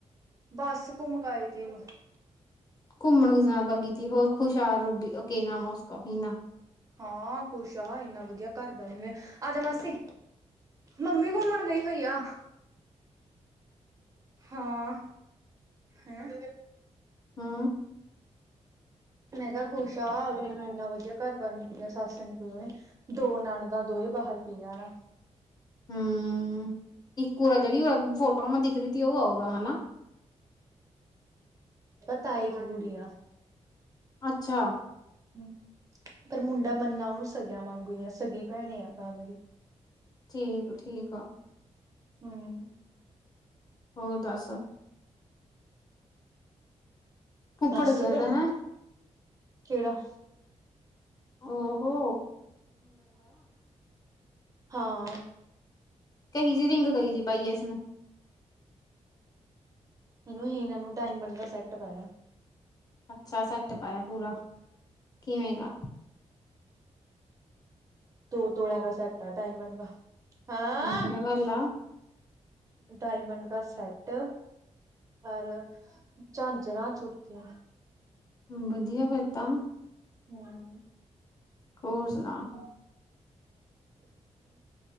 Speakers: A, on the right; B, on the left.
A: ਬੱਸ ਘੁੰਮਕ ਆਈ <unintelligible>
B: ਘੁੰਮਣ ਘਣ ਪ ਤ ਹੋਰ ਖੁਸ਼ਹਰ ਰੂਬੀਕੇ ਨਾਸ ਨਾ <unintelligible>
A: ਹਾਂ, ਖੁਸ਼ ਆ ਇੰਨਾ ਵਧੀਆ ਘਰ ਬਣ ਰਿਹਾ, ਆ ਜਾਣਾ ਸੀ। ਮੰਮੀ ਘੁੰਮਣ ਗਈ ਹੋਈ ਆ, ਹਾਂ, ਹੈਂ।
B: ਹੂ
A: ਮੈਂ ਕਿਹਾ ਖੁਸ਼ ਆ, ਅਗਲੀ ਨੂੰ ਇੰਨਾ ਵਧੀਆ ਘਰ ਬਾਰ ਮਿਲ ਗਿਆ, ਸੱਸ ਨੀ ਕੋਈ ਔ ਦੀ। ਦੋ ਨੰਨਦਾ ਦੋਏ ਬਾਹਰ ਪਇਆ ਨਾ।
B: <unintelligible> ਹਉ ਇੱਕੂ ਆ ਜਿਹੜੀ ਫੋਟੋ ਮੈਂ ਦਿਖ ਰਹੀ ਥੀ, ਉਹ ਆ ਊਰਾ ਹਨਾ?
A: ਤਾਈ ਕੀ ਕੁੜੀਆ
B: ਅੱਛਾ
A: <unintelligible> ਹਉ ਪਰ ਮੁੰਡਾ ਮੰਨਾ ਉਹਨੂੰ ਸਗਿਆਂ ਵਾਂਗੂੰ ਆ, ਸਗੀ ਭੈਣ ਆ ਤਾਂ ਮੇਰੀ। <unintelligible>
B: ਠੀਕ ਠੀਕ ਆ।
A: <unintelligible> ਹਉ
B: ਹੋਰ ਦੱਸ ਫੁੱਫੜ
A: ਬਸ
B: ਗਿਆ
A: ਗੱਲ
B: ਤਾ ਹੈਂ,
A: ਕਿਹੜਾ
B: ਔ ਹੋ
A: ਹਾਂ
B: ਕਹੀ ਜੀ ਰਿੰਗ ਕਹੀ ਜੀ ਪਾਈਏ ਇਸ ਨੂੰ <unintelligible>
A: ਇਹਨੂੰ ਹੀਨਾ ਨੂੰ ਡਾਇਮੰਡ ਦਾ ਸੈੱਟ ਪਾਇਆ।
B: ਅੱਛਾ ਸੈੱਟ ਪਾਇਆ ਪੂਰਾ। ਕਿਵੇਂ
A: ਹੂ
B: ਗਾ?
A: ਦੋ ਤੋਲੇ ਕਾ ਸੈਟ ਐ, ਡਾਇਮੰਡ ਕਾ। ਹਾਂ,
B: ਵਧੀਆ ਗੱਲ ਆ,
A: ਡਾਇਮੰਡ ਕਾ ਸੈਟ ਰ ਝਾਂਜਰਾਂ ਚੁਟਕੀਆਂ,
B: ਵਧੀਆ ਫਿਰ ਤਾਂ
A: <inaudible>
B: ਹੋਰ ਸੁਣਾ
A: <unintelligible> ਹਉ